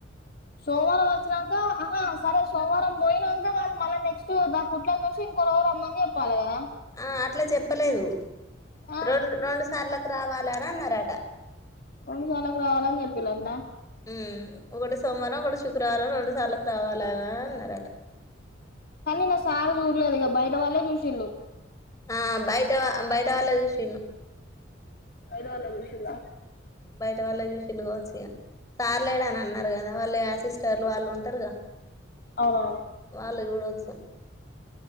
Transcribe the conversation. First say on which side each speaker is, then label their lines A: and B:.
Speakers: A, on the left (about 50°); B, on the left (about 15°).
A: సోమవారం వచ్చినాంక అహ సరే సోమవారం పోయినాంక వాళ్ళు మళ్ళీ నెక్స్ట్ దా కుట్లను చూసి ఇంకొ రోజు రమ్మని చెప్పాలి కదా
B: ఆ అట్లా చెప్పలేదు
A: ఆ
B: రెండు రెండు సార్లకు రావా లారా అన్నారాట
A: రొండు సార్లకు రావాలని చెప్పిల్ నటన
B: హ్మ్ ఒకటి సోమవారం ఒకటి శుక్రవారం రెండు సార్లు రావాలన అన్నారట
A: కానీ నా సార్ చూడలేదు ఇక బయట వాళ్ళే చూసిళ్ళు
B: ఆ బయట బయట వాళ్ళ చూసిల్లు
A: బయట వాళ్ళే చూసిల్ల
B: బయట వాల్లే చూసి చూసీల్లుగావచ్చు ఇ సార్ లేడ అని అన్నారు కదా వాళ్ళు ఆసిస్ చార్లు వాళ్ళు ఉంటారుగా
A: అవునవును
B: వాల్లుగూడ స